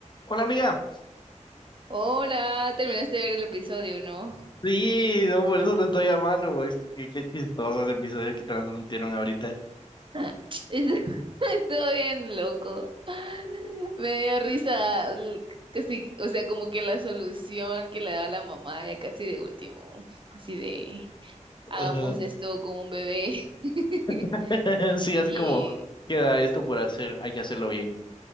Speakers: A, on the left (about 35°); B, on the right (about 40°).
A: Hola amiga,
B: Hola, terminaste de ver el episodio, ¿no?
A: sí, no, por eso te estoy llamando, pues qué, qué chistoso ese episodio que transmitieron ahorita.
B: <laughs> Estuvo estuvo bien loco. Me dio risa, l- casi, o sea, como que la solución que le da la mamá ya casi de último, así de hagamos
A: Ajá.
B: esto con un bebé <laughs>
A: <laughs> Sí, así
B: y
A: como queda esto por hacer, hay que hacerlo bien.